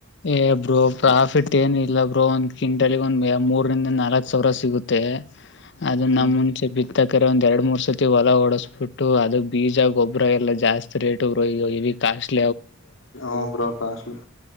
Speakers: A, on the left; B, on the left.
A: ಏ ಬ್ರೋ ಪ್ರಾಫಿಟ್ ಏನ ಇಲ್ಲ ಬ್ರೋ ಒಂದ್ ಕ್ವಿಂಟಲ್ಗ ಒಂದ್ ಮೂರಂದ ನಾಲ್ಕ ಸಾವಿರ ಸಿಗುತ್ತೆ
B: ಹ್ಮ್
A: ಅದ
B: ಹ್ಮ್
A: ನಮ್ಮ್ ಮುಂಚೆ ಬಿ ತಕ್ರ ಒಂದ ಎರಡು ಮೂರ್ ಸರ್ತಿ ಹೊಲ ಓಡಸಟ್ಟು ಅದಕ್ ಬೀಜ ಗೊಬ್ಬರ ಎಲ್ಲ ಜಾಸ್ತಿ ರೇಟ್ ಬ್ರೋ ಈಗ ಕಾಸ್ಟ್
B: ಹ ಬ್ರೋ ಕಾಸ್ಟಲಿ